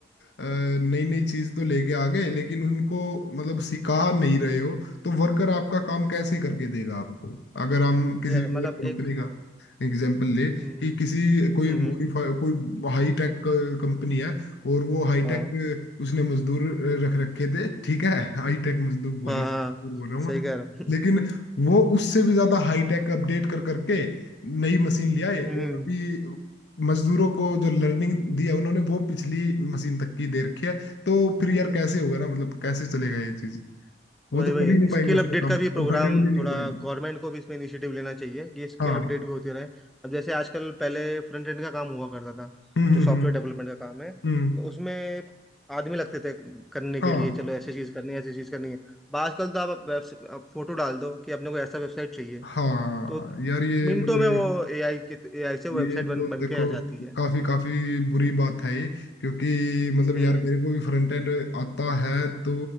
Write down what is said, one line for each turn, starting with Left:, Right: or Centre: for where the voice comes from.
Left: नई नई चीज तो लेके आ गए लेकिन उनको मतलब
Centre: हम्म,
Left: सिखा नहीं रहे हो तो वर्कर आपका काम कैसे करके देगा आपको अगर हम किसी
Centre: ये
Left: भी
Centre: मतलब
Left: मतलब कंपनी
Centre: एक
Left: का एग्जाम्पल ले कि
Centre: हम्म हम्म
Left: किसी कोई
Centre: हम्म,
Left: मॉडिफाई कोई हाई टेक कंपनी है और वो हाई
Centre: हाँ
Left: टेक उसने मजदूर रख रखे थे ठीक है हाई टेक मजदूर बोल
Centre: हाँ
Left: रहा
Centre: हाँ,
Left: मजदूर बोल रहा हूँ
Centre: सही
Left: मैं।
Centre: कह रहा हूँ
Left: लेकिन
Centre: <laughs>
Left: वो उससे भी ज्यादा हाई टेक अपडेट कर करके नई मशीन ले आए
Centre: हम्म
Left: और अभी मजदूरों को जो लर्निंग दिया उन्होंने वो पिछली मशीन तक की दे रखी है तो फिर यार कैसे होगा ना मतलब कैसे चलेगा ये चीज वो
Centre: वही
Left: तो
Centre: वही
Left: कर ही नहीं
Centre: स्किल
Left: पाएंगे उसका
Centre: अपडेट
Left: काम
Centre: का भी प्रोग्राम
Left: कंफर्टेबल नहीं
Centre: थोड़ा
Left: हो पाएंगे
Centre: गवर्नमेंट को भी इसमें इनिशिएटिव लेना चाहिए कि स्किल
Left: हाँ
Centre: अपडेट भी होती रहे अब जैसे आजकल पहले फ्रंट एंड का काम हुआ करता था
Left: हम्म हम्म
Centre: जो सॉफ्टवेयर
Left: हम्म
Centre: डेवलपमेंट का काम है
Left: हम्म,
Centre: तो उसमें आदमी लगते थे करने के
Left: हाँ
Centre: लिए चलो ऐसी चीज़ करनी है ऐसी चीज़ करनी है अब आजकल तो आप वेब आप फोटो डाल दो कि अपने को ऐसा वेबसाइट चाहिए
Left: हाँ
Centre: तो
Left: यार ये
Centre: मिनटों
Left: मतलब
Centre: में वो
Left: ये
Centre: एआई की एआई से वेबसाइट
Left: ये
Centre: बन
Left: तो
Centre: बन
Left: देखो
Centre: के आ जाती है
Left: काफी काफी बुरी बात है ये क्योंकि मतलब
Centre: हम्म
Left: यार मेरे को भी फ्रंट एंड आता है तो